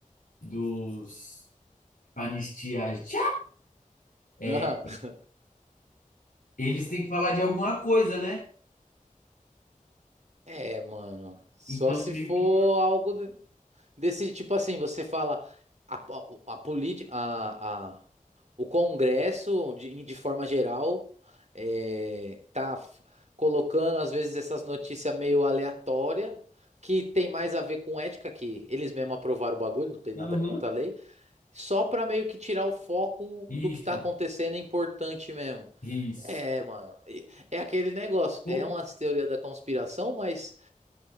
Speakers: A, on the left (about 85°); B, on the right (about 55°).
A: dos anistias, é,
B: <laughs> Aham.
A: eles têm que falar de alguma coisa, né?
B: É, mano, só
A: Então,
B: se
A: meio
B: for
A: que.
B: algo. de Desse tipo assim, você fala a, a, a, politi- a- a- o Congresso, de, de forma geral, é, tá f- colocando às vezes essas notícias meio aleatórias, que tem mais a ver com ética, que eles mesmos aprovaram o bagulho, não tem nada
A: Aham,
B: contra a lei, só pra meio que tirar o foco
A: isso,
B: do que tá acontecendo é importante mesmo.
A: isso.
B: É, mano, e- é aquele negócio,
A: Pô,
B: é umas teorias da conspiração, mas